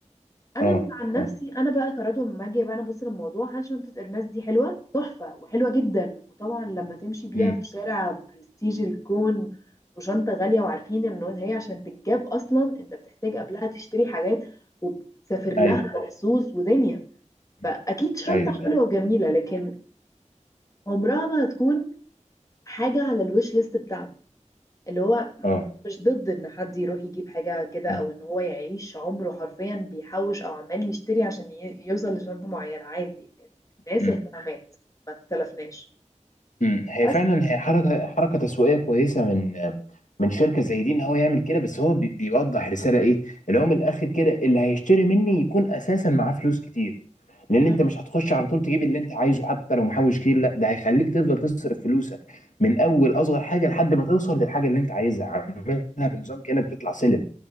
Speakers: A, on the left; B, on the left.
A: انا
B: اه
A: عن نفسي
B: اه
A: انا بقى قررت لما اجي بقى انا ابص للموضوع عن شنطه الماس دي حلوه تحفه وحلوه جدا وطبعا لما تمشي بيها
B: مم.
A: في الشارع برستيج الكون وشنطه غاليه وعارفين ان هي عشان تتجاب اصلا انت بتحتاج قبلها تشتري حاجات وبتسافر لها
B: ايوه
A: مخصوص ودنيا
B: مم.
A: فاكيد شنطه
B: ايوه
A: حلوه
B: ايوه
A: وجميله لكن عمرها ما هتكون حاجه على الويش ليست بتاعتي اللي هو م-
B: اه
A: مش ضد ان حد يروح يجيب حاجة كده
B: مم.
A: او ان هو يعيش عمره حرفيا بيحوش او عمال يشتري عشان ي- يوصل لشنطة معينة عادي الناس
B: مم.
A: اهتمامات ما اختلفناش
B: مم. هي
A: بس
B: فعلا هي حركه حركه تسويقيه كويسه من من شركه زي دي ان هو يعمل كده بس هو بي- بيوضح رساله ايه اللي هو من الاخر كده اللي هيشتري مني يكون اساسا معاه فلوس كتير لان
A: مم.
B: انت مش هتخش على طول تجيب اللي انت عايزه حتى لو محوش كتير لا ده هيخليك تفضل تصرف فلوسك من اول اصغر حاجه لحد ما توصل للحاجه اللي انت عايزها عاملها بنظام كانك بتطلع سلم